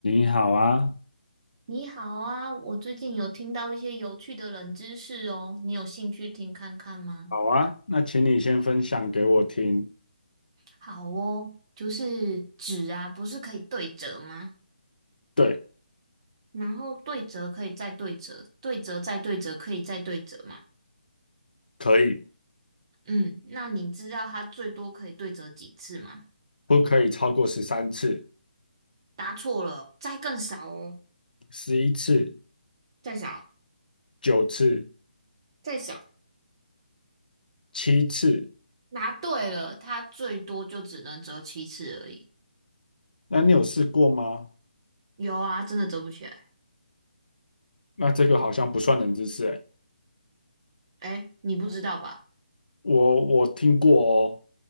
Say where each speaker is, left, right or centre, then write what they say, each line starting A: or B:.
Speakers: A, on the left; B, on the right.
A: 你好啊，
B: 你好啊，我最近有听到一些有趣的冷知识哦，你有兴趣听看看吗？
A: 好啊，那请你先分享给我听。
B: 好哦，就是纸啊，不是可以对折吗？
A: 对，
B: 然后对折可以再对折，对折再对折可以再对折嘛？
A: 可以，
B: 嗯，那你知道它最多可以对折几次吗？
A: 不可以超过十三次、
B: 答错了，再更少哦，
A: 十一次、
B: 再少，
A: 九次、
B: 再少。
A: 七次？
B: 答对了，它最多就只能折七次而已。
A: 那你有试过吗？
B: 有啊，真的折不起来。
A: 那这个好像不算冷知识诶，
B: 哎，你不知道吧？
A: 我我听过哦。